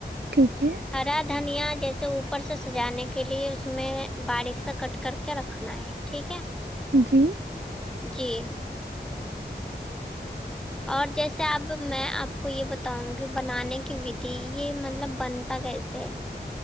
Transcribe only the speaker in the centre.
ہرا دھنیا جیسے اوپر سے سجانے کے لیے اس میں باریک سے کٹ کر کے رکھنا ہے ٹھیک ہے
یہ اور جیسے اب میں آپ کو یہ بتاؤں گی بنانے کی ودھی یہ مطلب بنتا کیسے ہے